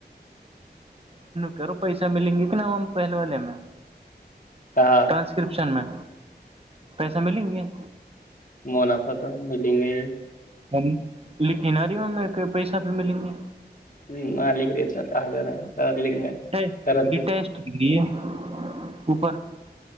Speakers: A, on the right; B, on the left.
A: करो पैसा मिलेंगे केना हम पहलवालेमे
B: कहा
A: ट्रान्सक्रिप्शनमे पैसा मिलेंगे
B: मुनाफा तऽ मिलिंगे
A: हम लिखी न रीमे पैसा भी मिलेंगी
B: ह मालिक रहना ताज तलिमे
A: टेस्ट
B: त
A: लिख
B: भ
A: रही
B: <unintelligible>
A: टेस्ट लिख रही है ऊपर